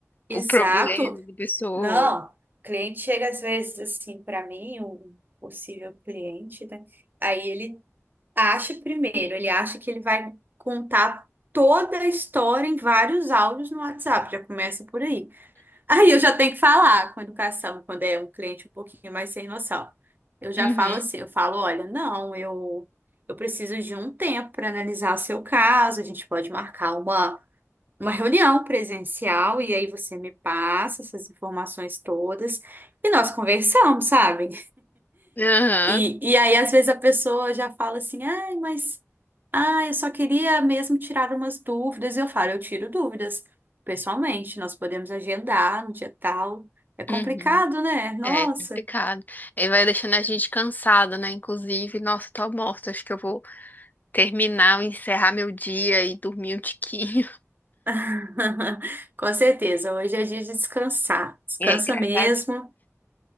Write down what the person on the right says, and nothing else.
Exato.
Não, cliente chega às vezes assim para mim, um possível cliente, né? Aí ele acha primeiro, ele acha que ele vai contar toda a história em vários áudios no WhatsApp, já começa por aí. Aí eu já tenho que falar com educação, quando é um cliente um pouquinho mais sem noção. Eu já
falo assim, eu falo, olha, não, eu eu preciso de um tempo para analisar o seu caso, a gente pode marcar uma uma reunião presencial e aí você me passa essas informações todas e nós conversamos, sabe?
E, e aí às vezes a pessoa já fala assim, ai, mas ah, eu só queria mesmo tirar umas dúvidas. E eu falo, eu tiro dúvidas pessoalmente, nós podemos agendar no dia tal. É complicado,
né? Nossa.
<laughs> Com certeza, hoje é dia de descansar. Descansa
mesmo,